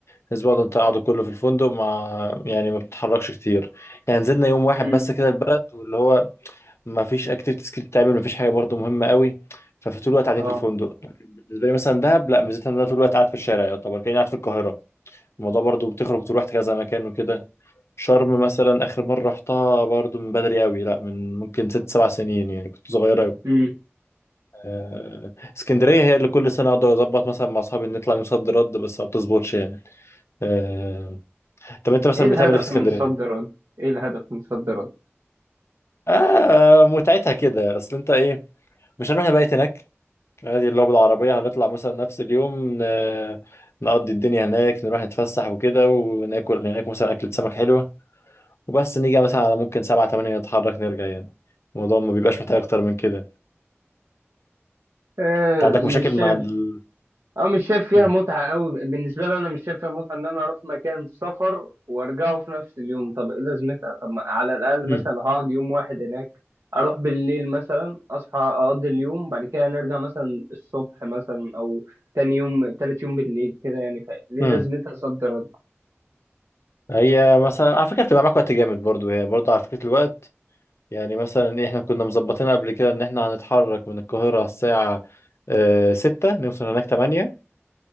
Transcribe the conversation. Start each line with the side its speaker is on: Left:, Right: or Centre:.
Left: الاسبوع ده انت قاعده كله في الفندق مع يعني ما بتتحركش كتير يعني نزلنا يوم واحد
Right: امم
Left: بس كده البلد واللي هو ما فيش اكتيفيتيز كتير بتتعمل ما فيش حاجه برضو مهمه قوي ففي طول الوقت قاعدين
Right: اه
Left: في الفندق لكن بالنسبه لي مثلا دهب لا ميزتها ان انا طول الوقت قاعد في الشارع يعتبر كاني قاعد في القاهره الموضوع برضو بتخرج وتروح كذا مكان وكده شرم مثلا آخر مرة رحتها برضو من بدري قوي لا من ممكن ست سبع سنين يعني كنت صغير قوي
Right: امم
Left: آه، اسكندرية هي اللي كل سنة أقدر أظبط مثلا مع أصحابي ان نطلع يوم صد رد بس ما بتظبطش يعني آه، طب أنت مثلا
Right: ايه الهدف
Left: بتعمل إيه في اسكندرية؟
Right: من صد رد؟ ايه الهدف من صد رد؟
Left: آه متعتها كده أصل أنت إيه مش هنروح نبيت هناك عادي اللي هو بالعربية هنطلع مثلا نفس اليوم ن- نقضي الدنيا هناك نروح نتفسح وكده وناكل هناك مثلا أكلة سمك حلوة وبس نيجي مثلا على ممكن سبعة تمانية نتحرك نرجع يعني الموضوع ما بيبقاش محتاج أكتر من كده
Right: آه
Left: انت عندك مشاكل
Right: مش شايف
Left: مع ال
Right: أو مش شايف فيها
Left: مم.
Right: متعة أوي بالنسبة لي أنا مش شايف فيها متعة إن أنا أروح مكان سفر وأرجعه في نفس اليوم طب إيه لازمتها طب ما على الأقل
Left: مم.
Right: مثلا هقعد يوم واحد هناك أروح بالليل مثلا أصحى أقضي اليوم بعد كده نرجع مثلا الصبح مثلا أو تاني يوم تالت يوم بالليل كده يعني فاهم ليه
Left: مم.
Right: لازمتها صد رد
Left: هي مثلا على فكره بتبقى معاك وقت جامد برضو هي برضو على فكره الوقت يعني مثلا ايه احنا كنا مظبطين قبل كده ان احنا هنتحرك من القاهره على الساعه آه، ستة نوصل هناك تمانية